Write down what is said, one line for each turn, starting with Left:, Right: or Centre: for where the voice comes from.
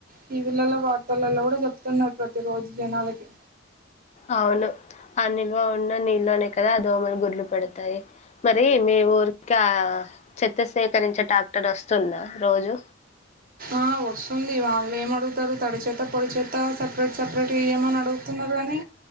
Right: టీవీలలో వార్తలలో కూడా చెప్తున్నారు ప్రతి రోజు జనాలకి
Left: అవును ఆ నిల్వ ఉన్న నీళ్ళనే కదా అదోమ్మలు గుడ్లు పెడతాయి మరి మీ ఊరికా చెత్త సేకరించే ట్రాక్టర్ వస్తుందా రోజు
Right: ఆ వస్తుంది వాళ్ళు ఏం అడుగుతారు తడి చేతా పొడి చేతా సపరేట్ సప్ సెపరేట్ ఇయమని అడుగుతున్నారు కానీ